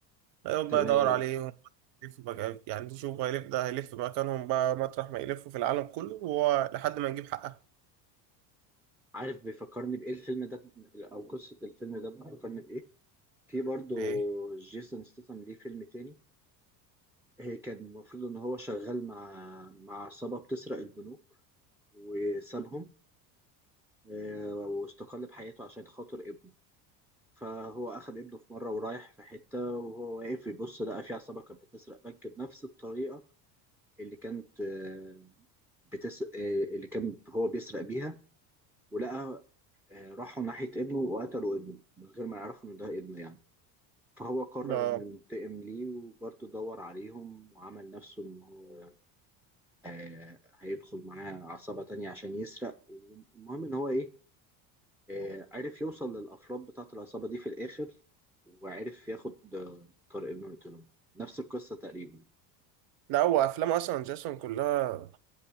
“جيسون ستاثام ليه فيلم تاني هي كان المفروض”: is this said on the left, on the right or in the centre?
Centre